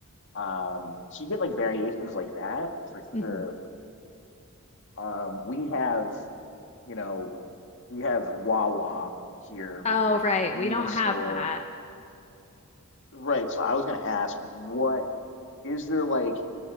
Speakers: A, on the left; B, on the left.
A: Um, so you get like variations like that for
B: hmm
A: sure. Um, we have, you know, we have Wawa here,
B: Oh,
A: which is like
B: right.
A: the convenience
B: We don't have
A: store.
B: that.
A: Right. So I was gonna ask, what is there like